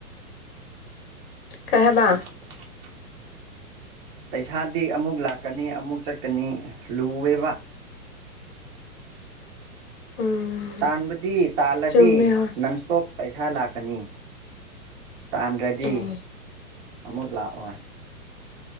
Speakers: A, on the left; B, on the right.
A: ꯀꯩꯍꯥꯏꯕ
B: <inaudible> ꯄꯩꯁꯥꯗꯤ ꯑꯃꯨꯛ ꯂꯥꯛꯀꯅꯤ ꯑꯃꯨꯛ ꯆꯠꯀꯅꯤ ꯂꯨꯋꯦꯕ
A: ꯎꯝ
B: ꯇꯟꯕꯗꯤ ꯇꯥꯜꯂꯗꯤ
A: ꯆꯨꯝꯃꯦ ꯍꯣꯏ
B: ꯅꯟꯁꯇꯣꯞ ꯄꯩꯁꯥ ꯂꯥꯛꯀꯅꯤ ꯇꯥꯟꯗ꯭ꯔꯗꯤ
A: ꯎꯝ
B: ꯑꯃꯨꯛ ꯂꯥꯛꯑꯣꯏ